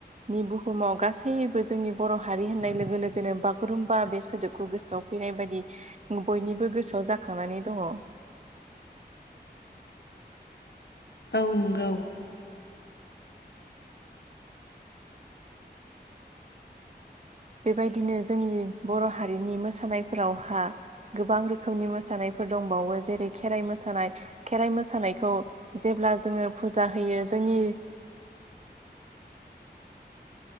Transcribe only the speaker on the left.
औ नोंगौ
<inaudible>